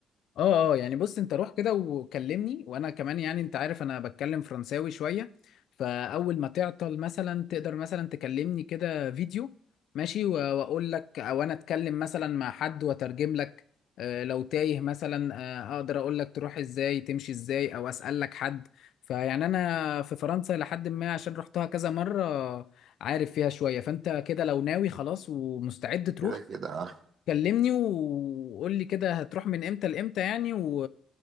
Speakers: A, on the left; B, on the right.
A: اه اه يعني بص انت روح كده وكلمني وانا كمان يعني انت عارف انا بتكلم فرنساوي شوية فاول ما تعطل مثلا تقدر مثلا تكلمني كده فيديو ماشي و- واقول لك او انا اتكلم مثلا مع حد واترجم لك آه، لو تايه مثلا آه، اقدر اقول لك تروح ازاي تمشي ازاي او اسال لك حد فيعني انا في فرنسا لحد ما عشان رحتها كذا مرة عارف فيها شوية فانت كده لو ناوي خلاص ومستعد تروح
B: كده كده آه.
A: كلمني وقول لي كده هتروح من امتى لامتى يعني و...